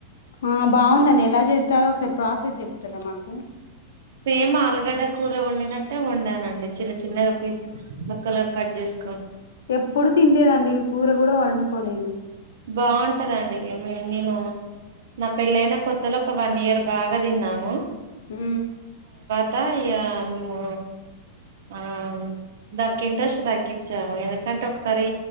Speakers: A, on the left; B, on the right.
A: ఆ బాగుందండి ఎలా చేస్తారో ఒకసారి ప్రాసెస్ చెప్తారా మాకు
B: సేమ్ ఆలుగడ్డ కూర వండినట్టే వంనండి చిన్న చిన్నగా పీస్ ముక్కలు కట్ చేసి
A: ఎప్పుడు తినలేదండి కూర కూడా వండుకోలేదు
B: బాగుంటద అండి మీ నేను నా పెళ్ళయిన కొత్తలో ఒక వన్ ఇయర్ బాగా తిన్నాము
A: హ
B: అత్త ఇ మేము ఆ దానికి ఇంట్రెస్ట్ తగ్గించాము ఎందుకంటే ఒకసారి